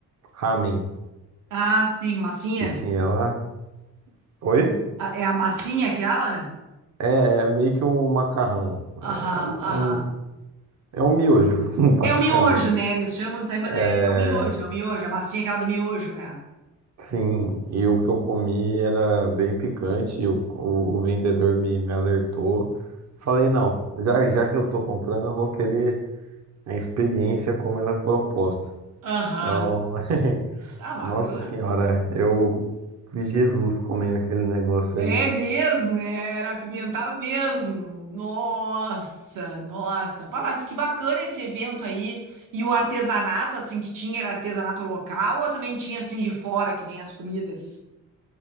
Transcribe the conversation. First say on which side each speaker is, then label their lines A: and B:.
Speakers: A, on the right (about 55°); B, on the right (about 75°).
A: ramen
B: Ah, sim, massinha.
A: que tinha lá. Oi?
B: Ah, É a massinha aquela?
A: É meio que um macarrão, é,
B: Aham,
A: uma-
B: aham.
A: é um, é um miojo, <laughs> basicamente.
B: É o miojo, né? Eles chamam disso aí, mas é
A: É,
B: o miojo, é o miojo, a massinha é aquela do miojo, né?
A: Sim, e o que eu comi era bem picante, e o, o, o vendedor me, me alertou. Falei, não, já, já que eu tô comprando, eu vou querer a experiência como ela é proposta.
B: Aham.
A: Então, <laughs>
B: Ah, bacana.
A: nossa senhora,
B: pô.
A: eu vi Jesus comendo aquele negócio
B: É
A: ali.
B: mesmo, é, era apimentado mesmo. Nossa, nossa. Pá, mas que bacana esse evento aí. E o artesanato, assim, que tinha, era artesanato local ou também tinha, assim, de fora, que nem as comidas?